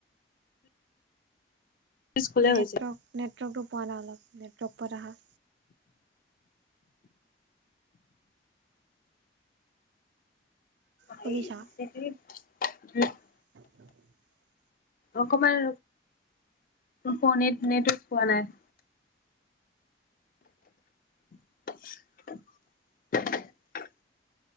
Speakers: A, on the left; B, on the right.
A: স্কুলে
B: নেটৱৰ্ক
A: হৈছে।
B: নেটৱৰ্কটো পোৱা নাই অলপ নেটৱৰ্ক পোৱাত আহা। শুনিছা?
A: হাৰি সেইটোৱেই <unintelligible>
B: <unintelligible>
A: অকমান ফনীট নেটৱৰ্ক পোৱা নাই। <inaudible>